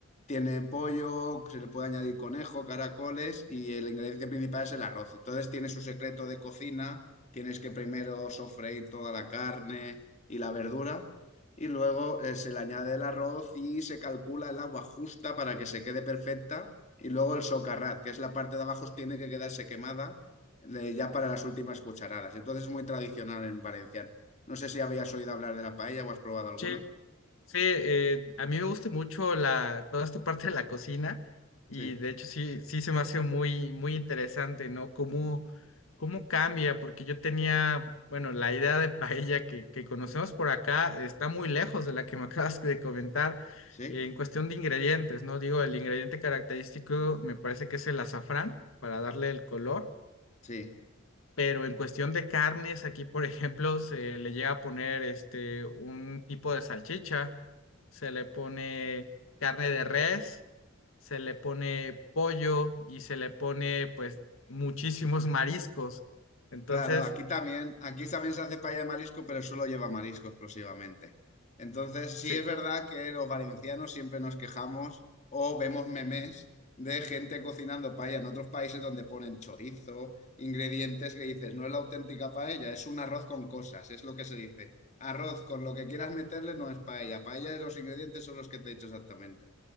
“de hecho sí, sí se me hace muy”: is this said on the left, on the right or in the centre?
Left